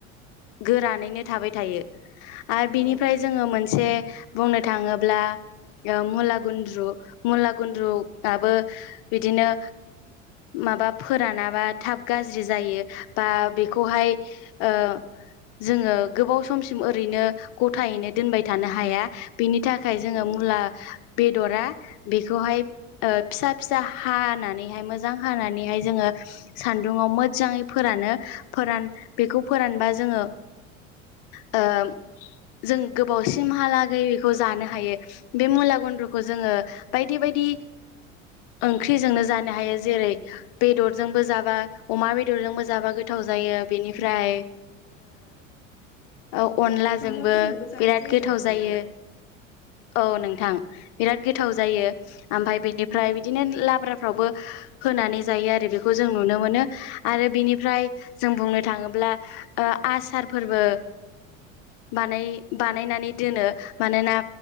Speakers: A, on the left (about 50°); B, on the left (about 30°).
A: गोरानैनो थाबाय थायो। आरो बिनिफ्राय
B: औ
A: जोङो मोनसे बुंनो थाङोब्ला। मुला गुन्द्रु मुला गुन्द्रुआबो बिदिनो माबा फोरानाबा थाब गाज्रि जायो बा बेखौहाय ओ जोङो गोबाव समसिम ओरैनो गथायैनो दोनबाय थानो हाया बेनि थाखाय
B: औ
A: जोङो
B: औ
A: मुला बेदरा बे खौहाय फिसा फिसा हानानैहाय मोजां हानानैहाय जोङो सान्दुङाव मोजाङै फोरानो फोरान बेखौ फोरानबा जोङो ओ जों गोबावसिमहालागै बेखौ जानो हायो बे मुला गुन्द्रखौ जोङो बायदि बायदि ओंख्रिजोंनो जानो हायो जेरै बेदरजोंबो जाबा अमा बेदरजोंबो जाबा गोथाव जायो बेनिफ्राय
B: औ
A: ओ औ अनलाजोंबो
B: अनलाफोरजोंबो जानाय
A: बिराद
B: जायो
A: गोथाव
B: नामा
A: जायो।
B: बेखौ
A: औ नोंथां बिराद गोथाव जायो ओमफाय बेनिफ्राय
B: औ
A: बिदिनो लाब्रा फ्रावबो होनानै जायो आरो बेखौ जों नुनो मोनो आरो बेनिफ्राय जों बुंनो थाङोब्ला ओ आसार फोरबो बानाय बानायनानै दोनो मानोना